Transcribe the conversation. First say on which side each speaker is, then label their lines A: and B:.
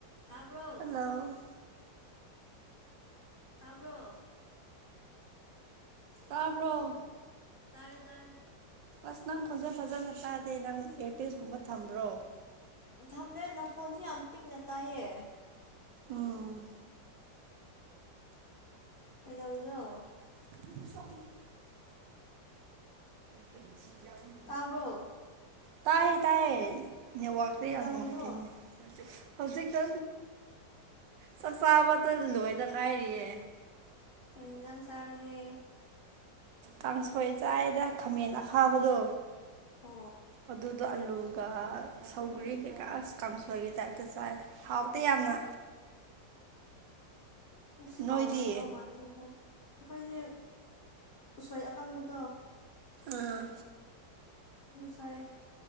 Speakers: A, on the left (about 45°); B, on the right (about 80°).
A: ꯇꯥꯔꯕꯣ
B: ꯍꯜꯂꯣ
A: ꯇꯥꯕ꯭ꯔꯣ
B: ꯇꯥꯕꯔꯣ
A: ꯇꯥꯔꯦ ꯇꯥꯔꯦ
B: ꯑꯁ ꯅꯪ ꯈꯣꯟꯖꯦꯟ ꯐꯖꯅ ꯇꯥꯗꯦ ꯅꯪ ꯑꯦ ꯄꯦꯁꯒꯨꯝꯕ ꯊꯝꯕ꯭ꯔꯣ
A: ꯊꯝꯗꯦ ꯅꯈꯣꯟꯜꯁꯨ ꯌꯥꯝ ꯄꯤꯛꯅ ꯇꯥꯏꯌꯦ
B: ꯎꯝ
A: ꯀꯩꯗꯧꯔꯤꯅꯣ
B: <unintelligible> <unintelligible>
A: ꯇꯥꯕ꯭ꯔꯣ
B: ꯇꯥꯏꯌꯦ ꯇꯥꯏꯌꯦ ꯅꯦꯇꯋꯥꯛ
A: ꯀꯩꯗꯧꯔꯤꯅꯣ
B: ꯌꯥꯝꯅ ꯅꯨꯪꯉꯥꯏꯇꯥꯕꯥ ꯍꯧꯖꯤꯛꯇ ꯆꯥꯛꯆꯥꯕꯗ ꯂꯣꯏꯗ ꯉꯥꯏꯔꯤꯌꯦ
A: ꯀꯩ ꯍꯤꯟꯖꯥꯡ ꯆꯥꯔꯒꯦ
B: ꯀꯥꯡꯁꯣꯏ ꯆꯥꯏꯗ ꯈꯥꯃꯦꯟ ꯑꯈꯥꯕꯗꯣ
A: ꯑꯣ
B: ꯑꯗꯨꯗ ꯑꯂꯨꯒ ꯁꯧꯒ꯭ꯔꯤ ꯀꯩꯀꯥ ꯑꯁ ꯀꯥꯡꯁꯣꯏꯒꯤ ꯇꯥꯏꯞꯇ ꯆꯥꯏ ꯍꯥꯎꯇ ꯌꯥꯝꯅ
A: ꯑꯁ ꯁꯥꯎꯔꯝꯗꯧ
B: ꯅꯣꯏꯗꯤ
A: ꯃꯥꯟꯗꯦ ꯍꯣꯏ ꯑꯩꯈꯣꯏꯁꯦ ꯎꯁꯣꯏ ꯑꯀꯪꯕꯗꯣ
B: ꯑꯥ
A: ꯁꯥꯏ